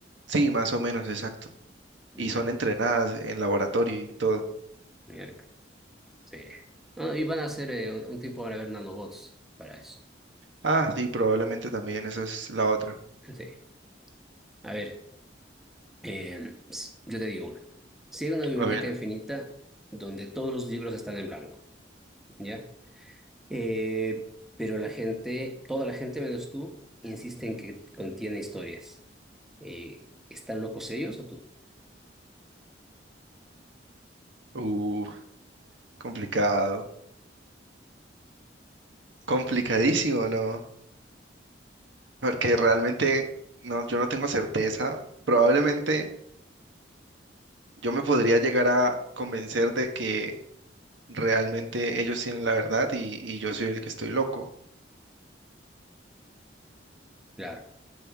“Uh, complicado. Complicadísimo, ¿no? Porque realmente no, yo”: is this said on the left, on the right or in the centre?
Right